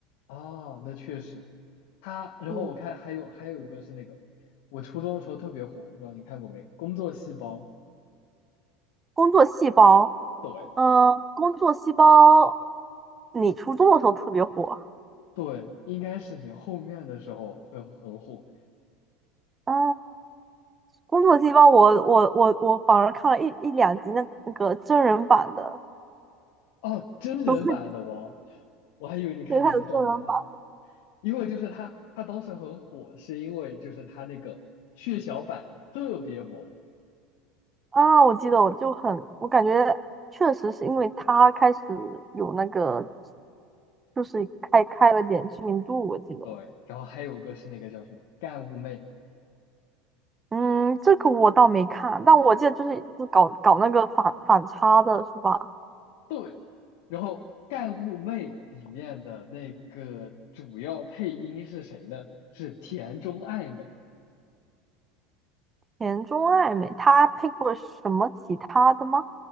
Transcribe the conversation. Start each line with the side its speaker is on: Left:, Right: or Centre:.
Left: 啊，那确实，他。然后我看还有还有一个是那个，
Right: 嗯，
Left: 我初中的时候特别火，我不知道你看过没，《工作细胞》。
Right: 工作细胞，
Left: 对
Right: 嗯、工作细胞，你初中的时候特别火，
Left: 对，应该是你后面的时候会很火
Right: 啊。工作细胞我我我我反而看了一一两集那那个真人版的，
Left: 哦，真人版的哦，
Right: 就看
Left: 我还以为你看的是动漫。
Right: 对他有真人版
Left: 因为就是他他当时很火，是因为就是他那个血小板特别萌，
Right: 啊，我记得我就很，我感觉确实是因为他开始有那个，就是开开了点知名度，我记得，
Left: 对，然后还有个是那个叫什么干物妹，
Right: 嗯，这个我倒没看，但我记得就是就搞搞那个反反差的是吧？
Left: 对，然后干物妹里面的那个主要配音是谁呢？是田中爱美，
Right: 田中爱美他配过什么其他的吗？